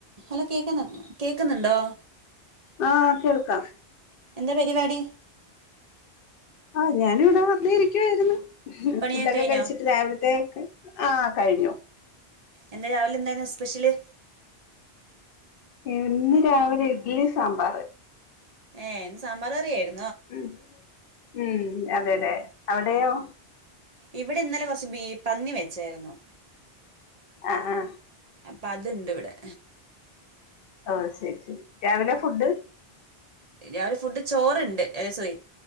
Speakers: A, on the right; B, on the left.
A: ഹലോ കേക്കുന്നു കേക്കുന്നുണ്ടോ
B: ആഹ് കേൾക്കാം
A: എന്താ പരിപാടി
B: ആ ഞാന് ഇവിടെ വെറുതെ ഇരിക്കുവായിരുന്നു
A: പണിയൊക്കെ
B: ഫുഡൊക്കെ
A: കഴിഞ്ഞോ
B: കഴിച്ചിട്ട് രാവിലത്തെ ഒക്കെ ആ കഴിഞ്ഞു
A: ഇന്ന് രാവിലെ എന്തായിരുന്നു സ്പെഷ്യല്
B: ഇന്ന് രാവിലെ ഇഡ്ലി സാമ്പാറ്
A: ഏ സാമ്പാറ് കറി ആയിരുന്നു
B: ഉം ഉം അതെതെ അവിടെയോ
A: ഇവിടെ ഇന്നലെ കുറച്ച് ബീ പന്നി വെച്ചായിരുന്നു
B: ആ ആ
A: അപ്പൊ അതുണ്ട് ഇവിടെ
B: ഓ ശരി ശരി രാവിലെ ഫുഡ്
A: രാവിലെ ഫുഡ് ചോറുണ്ട് സോറി